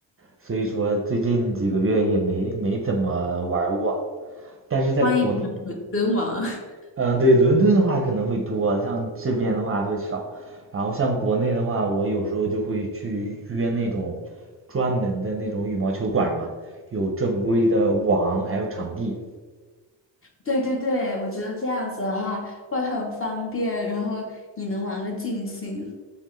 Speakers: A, on the right; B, on the left.
A: 所以说最近几个月也没没怎么玩儿过。但是在国
B: 欢迎你们伦敦王。<laughs>
A: 嗯，对，伦敦的话可能会多，像这边的话会少。然后像国内的话，我有时候就会去约那种专门的那种羽毛球馆嘛，有正规的网，还有场地。
B: 对对对，我觉得这样子的话会很方便，然后你能玩个尽兴，